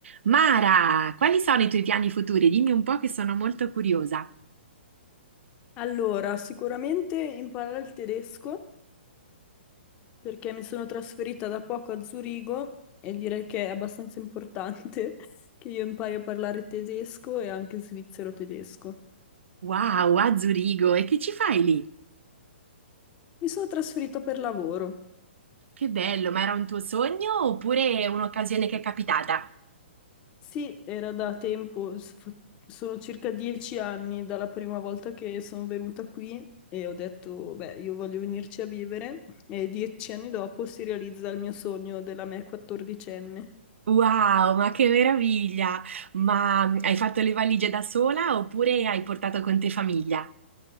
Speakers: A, on the right; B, on the left.
A: Mara, quali sono i tuoi piani futuri? Dimmi un po' che sono molto curiosa.
B: Allora, sicuramente imparare il tedesco perché mi sono trasferita da poco a Zurigo e direi che è abbastanza importante <laughs> che io impari a parlare tedesco e anche svizzero tedesco.
A: Wow, a Zurigo, e che ci fai lì?
B: Mi sono trasferita per lavoro.
A: Che bello, ma era un tuo sogno oppure un'occasione che è capitata?
B: Sì, era da tempo, s- fa- sono circa dieci anni dalla prima volta che sono venuta qui e ho detto, beh, io voglio venirci a vivere e dieci anni dopo si realizza il mio sogno della me quattordicenne.
A: Wow, ma che meraviglia! Ma hai fatto le valigie da sola oppure hai portato con te famiglia?